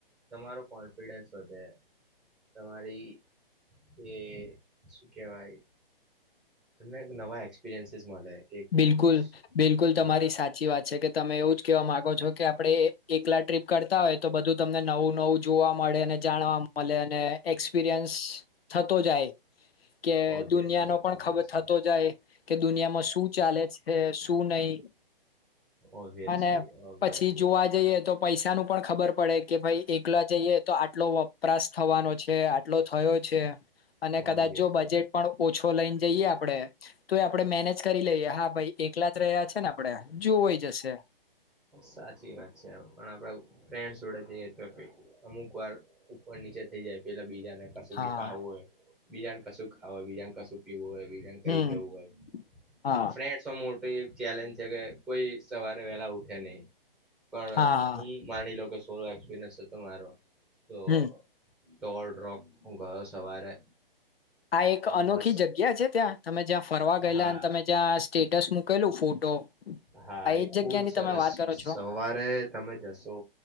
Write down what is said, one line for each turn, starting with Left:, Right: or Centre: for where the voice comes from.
Centre: તમારો કોન્ફિડન્સ વધે તમારી એ શું કેહેવાય. તમને એક નવા એક્સપિરિયન્સીસ મળે. કે
Left: બિલકુલ
Centre: સ-
Left: બિલકુલ તમારી
Centre: હા
Left: સાચી વાત છે કે તમે એવું જ કેવા માંગો છો કે આપણે એકલા ટ્રીપ કરતા હોય તો બધું તમને નવું નવું જોવા મળે અને જાણવા મળે અને એક્સપિરિયન્સ થતો જાય કે
Centre: ઓબ્વિયસલી
Left: દુનિયા નો પણ
Centre: ઓબ્વિયસલી
Left: ખબર થતો જાય કે દુનિયામાં શું શું ચાલે છે શું નહી
Centre: ઓબ્વિયસલી
Left: અને
Centre: ઓબ્વિયસલી
Left: પછી જોવા જઈએ તો પૈસા નું પણ ખબર પડે કે ભાઈ એકલા જઈએ તો આટલો વ વપરાશ થવાનો છે આટલો થયો છે. અને કદાચ
Centre: ઓબ્વિયસલી
Left: જો બજેટ પણ ઓછો લઈને જઈએ આપડે તો એ આપણેે મેનેજ લઈએ હા ભાઈ એકલા જ રહ્યા છે ને આપડે. જોવાઈ જશે
Centre: સાચી વાત છે પણ આપડા ફ્રેન્ વડે જઈ આપે અમુક વાર ઉપર નીચે થઈ જાય પેલા બીજા ક સુધી
Left: હા
Centre: ક હોય. બીજાને કશું ખાવ હોય બીજાને કશું પીવું હોય. કઈ
Left: હમ
Centre: જવું હોય
Left: હા
Centre: ફ તો એક ચેલેન્જ છે કે કોઈ સવારે વહેલા ઉઠે નહી. પણ
Left: હા
Centre: હું માની લો કે સો એક્સપિરિયન્સ હતો મારો તો
Left: હમ
Centre: ટોરોક હ ઘર સવારે
Left: આ એક અનોખી
Centre: મસ્ત
Left: જગ્યા છે ત્યાં તમે જ્યાં ફરવા ગયેલા
Centre: હા
Left: અને તમે જ્યાં સ્ટેટસ મૂકેલું ફોટો
Centre: હા
Left: આ એજ
Centre: એ
Left: જગ્યાની
Centre: ખુબ સરસ
Left: તમે વાત કરો છો
Centre: સવારે તમે જશો